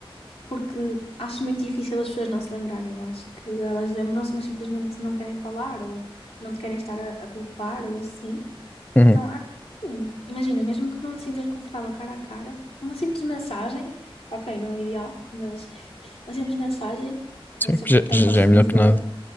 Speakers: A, on the left; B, on the left.
A: porque acho muito difícil as pessoas não se lembrarem. Eu acho que elas lembram-se, mas simplesmente não querem falar ou não te querem estar a, a culpar ou assim.
B: uhum.
A: Então, acho que sim, imagina, mesmo que não te sintas confortável cara a cara, uma simples mensagem, ok, não é o ideal, mas uma simples mensagem,
B: Sim,
A: não ser
B: já,
A: tão
B: já
A: constrangedora.
B: já é melhor que nada.